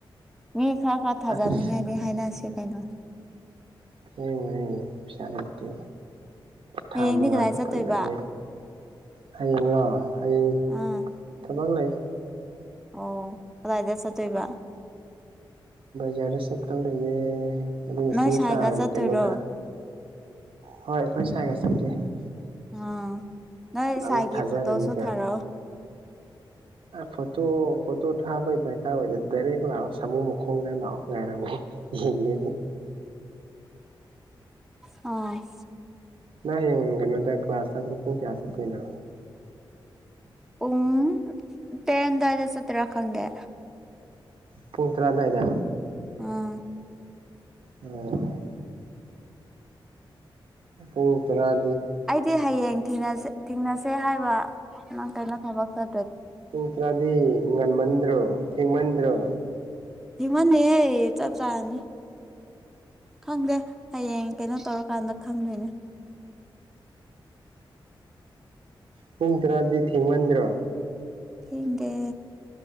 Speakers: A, in the centre; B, on the right.
A: ꯃꯤ ꯈꯔ ꯈꯔ ꯊꯥꯖꯅꯤꯡꯉꯥꯏꯗꯤ
B: ꯑꯁ
A: ꯍꯥꯏꯅꯔꯁꯤ ꯀꯩꯅꯣ
B: ꯍ ꯃꯁꯂꯩꯗꯤ ꯊꯥ
A: ꯍꯌꯦꯡꯗꯤ
B: ꯃꯉꯥ
A: ꯀꯗꯥꯏ
B: ꯆꯄꯖꯦ
A: ꯆꯠꯇꯣꯏꯕ
B: ꯍꯌꯦꯡꯡꯂꯣ ꯍꯌꯦꯡ
A: ꯑꯥ
B: ꯊꯕꯛ ꯂꯩ
A: ꯑꯣ ꯀꯗꯥꯏꯗ ꯆꯠꯇꯣꯏꯕ
B: ꯖꯔ ꯁꯞꯇꯝ ꯂꯩꯌꯦ ꯑꯗꯨꯗꯒꯤ
A: ꯅꯣꯏ
B: ꯆꯦ
A: ꯁꯥꯏꯒ
B: ꯆꯥꯡ
A: ꯆꯠꯇꯣꯏꯔꯣ
B: ꯀꯩꯅꯣꯗ ꯍꯣꯏ ꯑꯩꯈꯣꯏ ꯁ꯭ꯋꯥꯏꯒ ꯆꯠꯀꯦ
A: ꯑꯥ ꯅꯣꯏ
B: ꯑꯃꯕꯨ
A: ꯁꯥꯏꯒꯤ
B: ꯊꯖꯔꯅꯤꯀ
A: ꯐꯣꯇꯣꯁꯨ ꯊꯥꯔꯛꯑꯣ
B: ꯐꯣꯇꯣ ꯐꯣꯇꯣ ꯊꯥꯕꯩ ꯗꯔꯀꯥꯔ ꯑꯣꯏꯗ ꯗꯥꯏꯔꯦꯛ ꯂꯥꯛꯑꯣ ꯁꯥꯃꯨ ꯃꯈꯣꯡꯗ ꯂꯥꯛꯑꯣ ꯉꯥꯏꯔꯝꯃ ꯌꯦꯅꯤ
A: ꯑ
B: ꯅ ꯍꯌꯦꯡ ꯀꯩꯅꯣꯗ ꯀ꯭ꯂꯥꯁ ꯆꯥꯕꯗ ꯄꯨꯡ ꯀꯌꯥ ꯆꯠꯇꯣꯏꯅꯣ
A: ꯎꯨꯡ ꯇꯦꯟꯦꯟꯗꯖ ꯁꯇꯔꯥ ꯈꯪꯗꯦ
B: ꯄꯨꯡ ꯇꯔꯥꯗꯥꯏꯗ
A: ꯑꯥ
B: ꯑꯣ ꯎꯨꯡ ꯇꯔꯥ
A: ꯑꯩꯗꯤ ꯍꯌꯦꯡ ꯊꯦꯡꯅꯁꯦ ꯍꯥꯏꯕ ꯅꯪ ꯀꯩꯅꯣ ꯊꯕꯛ ꯆ
B: ꯄꯨꯡ ꯇꯔꯥꯗꯤ ꯉꯟꯃꯟꯗ꯭ꯔꯣ ꯊꯦꯡꯃꯟꯗ꯭ꯔꯣ
A: ꯍꯃꯅꯤ ꯍ ꯆ ꯆꯅꯤ ꯈꯪꯗꯦ ꯍꯌꯦꯡ ꯀꯩꯅꯣ ꯇꯧꯔꯀꯥꯟꯗ ꯈꯪꯗꯣꯏꯅꯦ
B: ꯄꯨꯡ ꯇꯔꯥꯗꯤ ꯊꯦꯡꯃꯟꯗ꯭ꯔꯣ
A: ꯍꯗꯦ